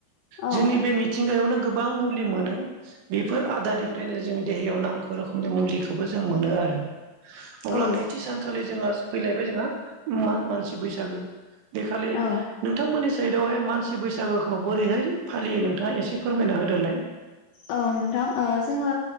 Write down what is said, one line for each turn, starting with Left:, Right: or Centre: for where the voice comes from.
Left: औ
Right: जोंनि बे मिथिंगायावनो गोबां मुलि मोनो बेफोर आदारनिफ्रायनो जों देहायाव नांगौ रोखोमनि मुलिखौबो जों मोनो आरो। अब्ला
Left: औ
Right: नैथि सानखालि जोंहा फैलायबाय जोंहा मानसि बैसागो। बेखालि
Left: औ
Right: नोंथांमोननि साइडआवहाय मानसि बैसागोखौ बोरैहाय फालियो नोंथाङा एसे फोरमायना होदो। <unintelligible>
Left: औ नोंथां जोङो